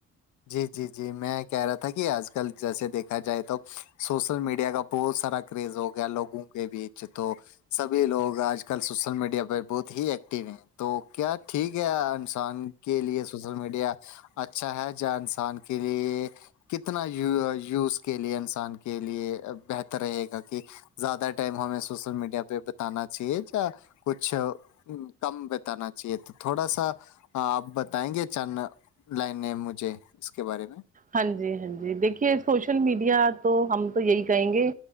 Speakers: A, on the left; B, on the right.
A: جی جی جی میں کہہ رہا تھا کہ آج کل جیسے دیکھا جائے تو سوشل میڈیا کا بہت سارا کریز ہو گیا لوگوں کے بیچ تو سبھی لوگ آج کل سوشل میڈیا پہ بہت ہی ایکٹو ہیں تو کیا ٹھیک ہے ان انسان کے لیے سوشل میڈیا اچھا ہے جہ انسان کے لیے کتنا یوز کے لیے انسان کے لیے بہتر رہے گا کہ زیادہ ٹائم ہمیں سوشل میڈیا پہ بتانا چاہیے ج کچھ کم بتانا چاہیے تو تھوڑا سا ہاں آپ بتائیں گے چ لائن مجھے اس کے بارے میں
B: ہاں جی ہاں جی دیکھیے سوشل میڈیا تو ہم تو یہی کہیں گے